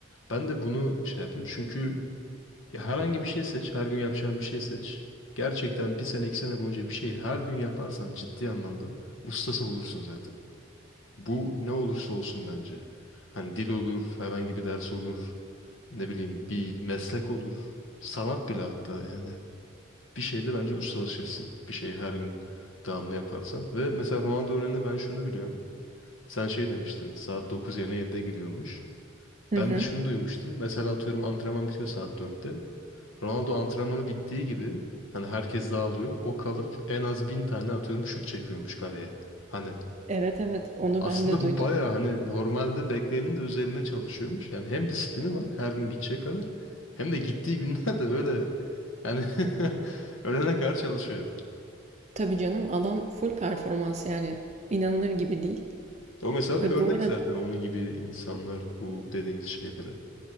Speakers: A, on the left; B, on the right.
A: Ben de bunu şey yaptım. Çünkü ya herhangi bir şey seç. Her gün yapacağın bir şey seç. Gerçekten bir sene iki sene boyunca bir şeyi her gün yaparsan ciddi anlamda ustası olursun zaten. Bu ne olursa olsun bence. Hani dil olur, herhangi bir ders olur ne bileyim bir meslek olur. Sanat bile hatta yani. Bir şeyde bence ustalaşırsın. Bir şeyi her gün devamlı yaparsan. Ve mesela Ronaldo örneğinde ben şunu biliyorum. Sen şey demiştin saat 9 yerine 7'de gidiyormuş.
B: Hı
A: Ben
B: hı.
A: de şunu duymuştum. Mesela atıyorum antrenman bitiyor saat dörtte Ronaldo antrenmanı bittiği gibi hani herkes dağılıyor. O kalıp en az 1000 tane atıyorum şut çekiyormuş kaleye. Hani
B: Evet evet onu
A: aslında
B: ben de
A: bu
B: duydum.
A: bayağı hani normalde bekleyenin de üzerine çalışıyormuş. Yani hem disiplini var her gün gidecek kadar hem de gittiği günlerde böyle yani <laughs> ölene kadar çalışıyor.
B: Tabii canım adam full performans yani inanılır gibi değil.
A: O mesela
B: Ve
A: bir örnek
B: bu arada
A: zaten onun gibi insanlar bu dediğimiz şeylere.